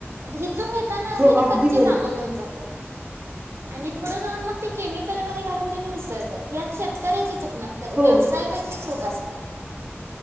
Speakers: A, on the right (about 70°); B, on the right (about 25°).
A: इथून येताना
B: हो
A: त्यानी
B: अगदी
A: कच्चेंच
B: बरोबर
A: आंबे घेऊन जातात. आणि फुढं जाऊन मग ते केमिकलमध्ये घालून त्यांनी मिसळतात यात शेत कऱ्याची चूक नसते
B: हो
A: व्यवसायिकची चूक असते.